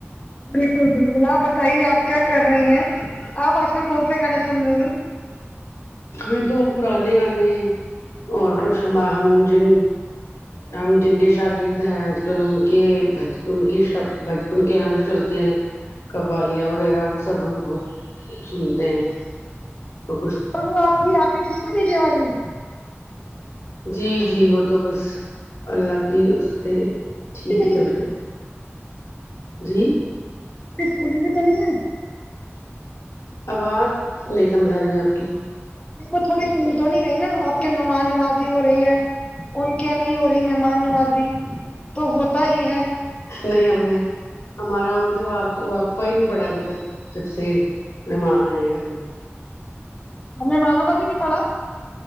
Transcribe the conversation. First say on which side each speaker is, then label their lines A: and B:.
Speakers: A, on the left; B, on the left.
A: بلکل بلکل آپ بتائیے آپ کیا کر رہے ہیں آپ آج کل کون سے گانے سن رہی ہیں
B: ہمیں تو پرانے گانے اور کچھ ہم ہم جن ہم جن کے شاگرد ہیں آج کل ان کے ان کے شبج ان کے یہاں جو چلتے ہیں قوالیاں وغیرہ وہ سب ہم بہت سنتے ہیں تو کچھ
A: اور وہ آپ کی آپی ہی ٹھیک ہے نیچے والی
B: جی جی وہ تو بس اللہ کی اس سے ٹھیک
A: گئی
B: ہی چل رہے ہے جی
A: پ پولس بھی تو نہیں ہے
B: آواز نہیں سمجھ آ رہی آپ کی
A: میر کو تھوڑی پھول تو نہیں گئی نا آپ کے مہمان نوازی ہو رہی ہے ان کیا نہیں ہو رہی مہمان نوازی تو ہوتا ہی ہے
B: نہیں ہم نے ہمارا ان سے واقفہ ہی نہیں پڑا ابھی تک جب سے مہمان آئے اگر
A: ہمیں مانوں کا بھی نہیں پڑا